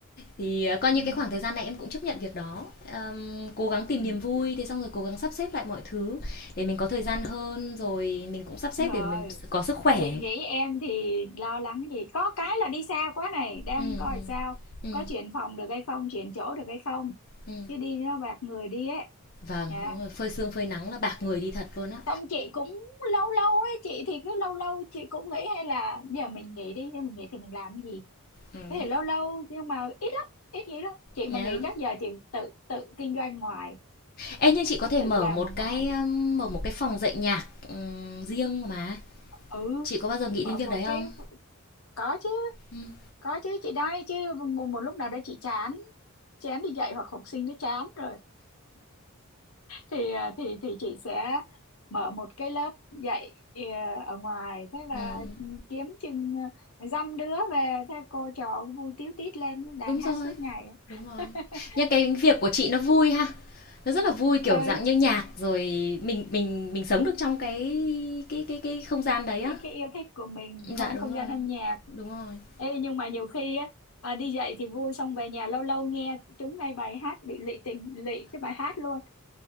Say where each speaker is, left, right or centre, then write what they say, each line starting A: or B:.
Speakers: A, on the left; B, on the left.
A: thì ờ, coi
B: ừ,
A: như cái khoảng thời gian này em cũng chấp nhận việc đó Ờm, cố gắng tìm
B: ừ
A: niềm vui thế xong rồi cố gắng sắp xếp lại mọi thứ để mình có thời gian hơn rồi mình cũng sắp xếp
B: đúng rồi
A: để mình có sức khỏe
B: chị nghĩ em thì lo lắng gì có cái là đi xa quá này đang
A: ừ
B: coi
A: ừ
B: sao
A: ừ
B: có chuyển phòng được hay không chuyển chỗ được hay không
A: ừ
B: chứ đi nó bạc người đi ấy
A: vâng
B: Dạ.
A: đúng phơi sương phơi nắng là bạc người đi thật luôn á
B: Xong chị cũng lâu lâu ấy chị thì cứ lâu lâu chị cũng nghĩ hay là giờ mình nghỉ đi nhưng mình nghỉ thì mình làm cái gì
A: Ừm,
B: thế thì lâu lâu nhưng mà ít lắm ít nghĩ lắm chị
A: nhá.
B: mà nghỉ chắc giờ chị tự tự kinh doanh ngoài
A: Ê, nhưng chị có
B: chắc
A: thể
B: tự
A: mở
B: làm
A: một
B: ở ngoài
A: cái, ờm,
B: thôi
A: mở một cái phòng dạy nhạc, ừm, riêng mà.
B: ừ
A: Chị có bao giờ nghĩ
B: mở
A: đến việc
B: một
A: đấy
B: cái
A: không?
B: có chứ
A: Ừm,
B: có chứ chị đây chứ một, một lúc nào đó chị chán chán đi dạy hoặc học sinh nó chán rồi thì à, thì thì chị sẽ mở một cái lớp dạy à, ở ngoài thế là
A: ừm,
B: ừ, kiếm chừng à, dăm đứa về thế cô trò cũng vui tíu tít lên đàn
A: đúng
B: hát
A: rồi,
B: suốt ngày
A: đúng rồi.
B: <laughs>
A: Nhưng cái việc của chị nó vui ha, nó rất là vui, kiểu,
B: ừ
A: dạng như nhạc rồi mình mình mình sống được trong cái cái cái cái không gian đấy á.
B: cái, cái yêu thích của mình không
A: Dạ, đúng
B: không
A: rồi,
B: gian âm nhạc
A: đúng rồi.
B: Ê, nhưng mà nhiều khi á, à, đi dạy thì vui xong về nhà lâu lâu nghe chúng ngay bài hát bị lụy tình lụy cái bài hát luôn